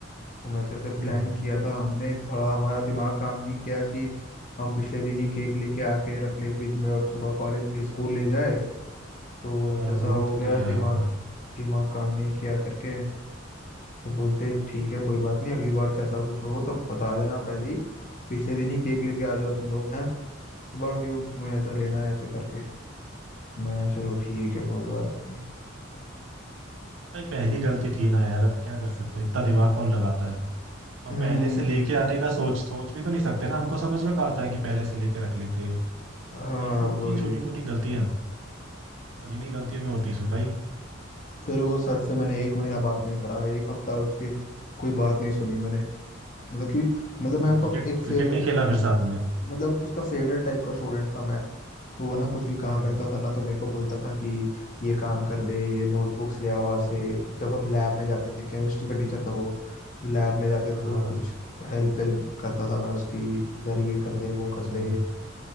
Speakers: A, on the left (about 40°); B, on the right (about 80°).
A: हम ऐसे ऐसे प्लान
B: हम्म
A: किया था हमने थोड़ा हमारा दिमाग काम नहीं किया कि हम पिछले दिन ही केक लेके आके रख ले फ्रिज में और सुबह कॉलेज ले स्कूल ले जाए तो ऐसा
B: हाँ,
A: ऐसा
B: वो
A: हो
B: तो
A: गया
B: नहीं
A: दिमाग
B: आया होगा
A: दिमाग काम नहीं किया करके तो बोलते ठीक है कोई बात नहीं अगली बार से ऐसा कुछ हो तो बता देना पहले ही पिछले दिन ही केक लेके आ जाओ तुम लोग हैं सुबह क्यों तुम्हें ऐसा लेना है ऐसे करके मैं चलो ठीक है कोई बात नहीं
B: भाई पहली
A: कुछ
B: गलती थी ना यार अब क्या कर सकते हैं, इतना दिमाग कौन लगाता है और
A: हम्म
B: पहले से लेके आने का सोच सोच भी तो नहीं सकते ना हमको समझ में कहा था कि पहले से लेके रख लेते यही
A: हाँ
B: तो होती
A: वही
B: है छोटी मोटी गलतियां पर इन्हीं गलतियों में होती है सुताई
A: फिर वो सर से मैंने एक महीना बात नहीं करा एक हफ्ता उसकी कोई बात नहीं सुनी मैंने मतलब कि मतलब
B: तो
A: मैं उसका
B: क्रिकेट
A: एक फेवरेट
B: क्रिकेट नहीं खेला फिर साथ में
A: मतलब उसका फेवरेट टाइप का स्टूडेंट था मैं तो वो ना कुछ भी काम
B: हम्म
A: रहता था ना तो मेरे को बोलता था कि ये काम कर दे ये नोटबुक्स ले आ वहाँ से जब हम लैब में जाते थे केमिस्ट्री का टीचर था वो तो लैब में जाते थे
B: हाँ
A: तो
B: हाँ
A: कुछ हेल्प वेल्प करता था मैं उसकी इधर ये कर दे वो
B: अच्छा
A: कर दे